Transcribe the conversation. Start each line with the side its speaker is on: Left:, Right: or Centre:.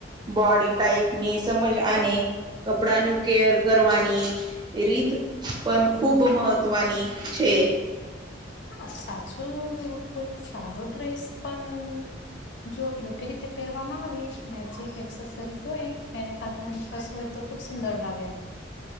Right: બોડી ટાઈપ ની સમજ આને કપડાનુ કેર કરવાની રીત પણ ખૂબ મહત્ત્વની છે
Left: હા સાચું કોઈ સાદો ડ્રેસ પણ જો યોગ્ય રીતે પહેરવામાં આવે મે જે એકસેસીરિસ હોય એને આ મનશવસ હોય તો ખૂબ સુંદર લાગે